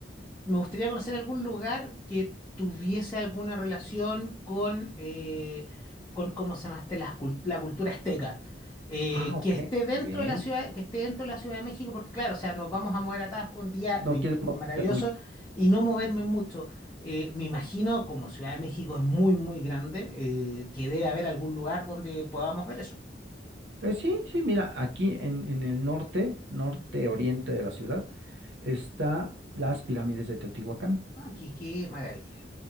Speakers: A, on the left; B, on the right.
A: me gustaría conocer algún lugar que tuviese alguna relación con, eh, con ¿cómo se llama este? Las cul- la, cultura azteca. Eh,
B: Ah, ok,
A: que esté dentro
B: muy bien,
A: de la ciudad, que esté dentro de la Ciudad de México, porque claro, o sea, nos vamos a mover a Tabasco un día
B: no
A: me encu-
B: quieres moverte
A: maravilloso
B: mucho.
A: y no moverme mucho. Eh, me imagino, como Ciudad de México es muy, muy grande, eh, que debe haber algún lugar donde podamos ver eso.
B: Eh, sí, sí, mira, aquí en, en el norte, norte
A: Ujú.
B: oriente de la ciudad, está las pirámides de Teotihuacán.
A: Ah, qué, qué maravilla.